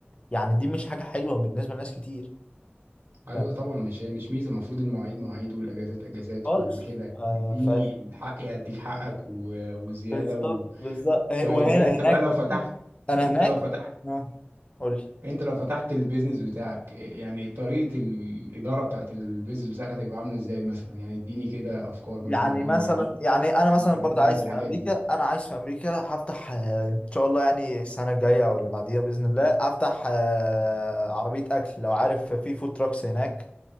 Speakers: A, on the left (about 30°); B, on the right (about 85°).
A: يعني دي مش حاجة حلوة بالنسبة لناس كتير
B: ايوه
A: ف-
B: طبعا مش هي مش ميزة المفروض المواعيد مواعيد والاجازات اجازات
A: خالص
B: والكده يعني
A: آه
B: تديني
A: ف
B: الحق هديك حقك و- وزيادة
A: بالظبط
B: و...
A: بالظبط
B: طيب
A: وهنا
B: انت
A: هناك
B: بقى لو فتحت
A: أنا
B: انت
A: هناك
B: لو فتحت
A: آه. قول لي
B: انت لو فتحت البيزنس بتاعك يعني طريقة الإدارة بتاعت البيزنس بتاعك هتبقى عاملة ازاي مثلا يعني اديني كده أفكار مثلا
A: يعني
B: المواعيد
A: مثلا يعني أنا
B: الأجازات
A: مثلا برضه عايز
B: الحاجات
A: في أمريكا
B: دي
A: أنا عايز في أمريكا هفتح آه، إن شاء الله يعني السنة الجاية أو اللي بعديها بإذن الله أفتح آه، عربية أكل لو عارف في فود تراكس هناك